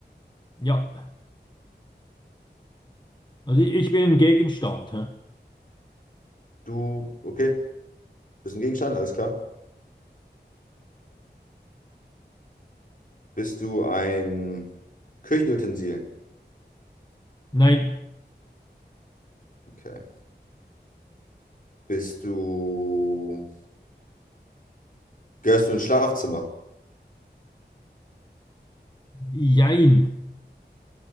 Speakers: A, on the left; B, on the left.
A: Ja, also ich ich bin ein Gegenstand. Hä?
B: Du, okay. Bist du ein Gegenstand? Alles klar. Bist du ein Küchenutensil?
A: Nein,
B: Okay. Bist du. Gehörst du ins Schlafzimmer?
A: jein.